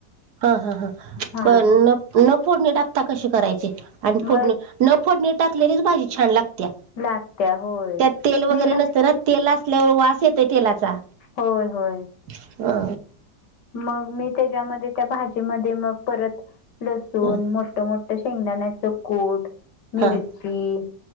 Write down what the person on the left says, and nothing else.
हा
मग
लागत्या होय
मी
ना
होय होय
मग मी त्याच्यामध्ये त्या भाजीमध्ये मग परत, लसूण
मोठ मोठ त शेंगदाण्याचं कूट, मिरची